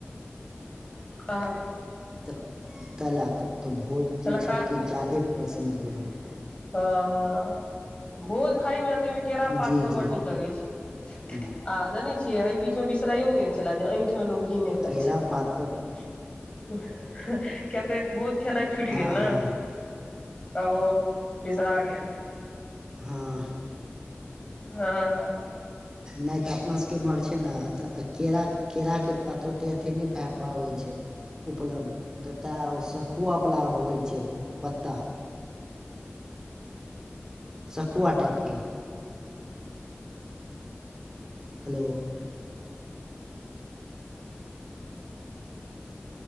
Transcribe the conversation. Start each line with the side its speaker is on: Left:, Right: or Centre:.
Left: <unintelligible>
Right: तऽ तैय लए कऽ तऽ भोज
Left: तऽ
Right: चीज
Left: लगता
Right: छै, कि ज्यादे पसंन्द यऽ हमरा।
Left: अअ भोज खाय मे <unintelligible> आते मे केरा पात
Right: जी
Left: पर बड़
Right: जी
Left: नीक लगै छै,
Right: ह्म
Left: आ जानै छियै एहि बीच मे बिसरायो गेल छेला ऐैठ उहो लोक किने खाय
Right: केरा
Left: छैय
Right: पातपर
Left: किया तऽ भोज खेनाय छुइट
Right: हँ
Left: गेल न?
Right: हँ
Left: तऽ ओ बिसरा गेल।
Right: हँ
Left: हँ
Right: नैय तऽ अपना सबके इम्हर छै, ने तऽ के -केराक के पातो ते अथी नैय भए पाबै छै। उपलब्ध तऽ तै शखुवा वाला होय छैय पत्ता सखुआ टाइपके हेलो ऽ ऽ